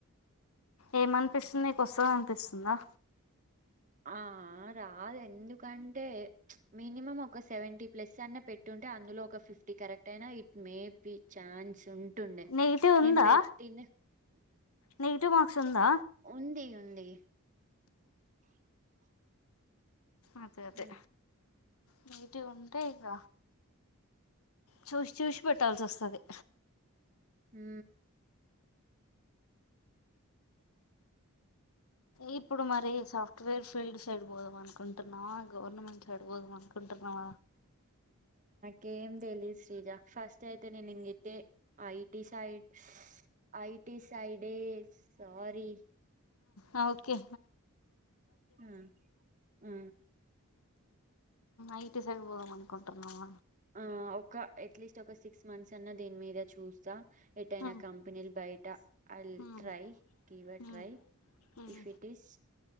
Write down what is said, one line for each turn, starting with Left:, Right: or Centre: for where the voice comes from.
Left: ఏమనిపిస్తుంది నీకు వస్తదనిపిస్తుందా
Right: ఆ రాదు ఎందుకంటే మినిమం ఒక సెవెంటీ ప్లస్ అన్న పెట్టుంటే అందులో ఒక ఫిఫ్టీ కరెక్ట్ అయినా it may be chance ఉంటుండే
Left: నెగిటివ్ ఉందా
Right: నేను పెట్టింది
Left: నెగిటివ్ మార్క్స్ ఉందా
Right: ఉంది ఉంది
Left: అదే అదే
Right: ఉమ్
Left: మీది ఉంటే ఇగ చూసి చూసిపెట్టాల్సి వస్తది
Right: హు
Left: ఇప్పుడు సాఫ్ట్ వేర్ ఫీల్డ్ సైడ్ పోదాం అనుకుంటున్నా గవర్నమెంట్ సైడ్బోధం అను కుంటున్నావ
Right: గేమ్ తేలేదు శ్రీజ ఫస్ట్ అయితే నేను ఇంగిదే ఐటి సైడ్ ఐటి సైడే సారీ
Left: ఆ ఒకే
Right: ఆ ఆ
Left: ఐటీ సైడ్ పోదాం అనుకుంటన్నావ
Right: ఆ ఒక అట్లీస్ట్ ఒక సిక్స్ మంత్స్ అన్నా దీని మీద చూస్త ఎట అయినా
Left: ఉమ్
Right: కంపెనీల్ బయట I ill
Left: um
Right: try give a
Left: um
Right: try
Left: um
Right: if it is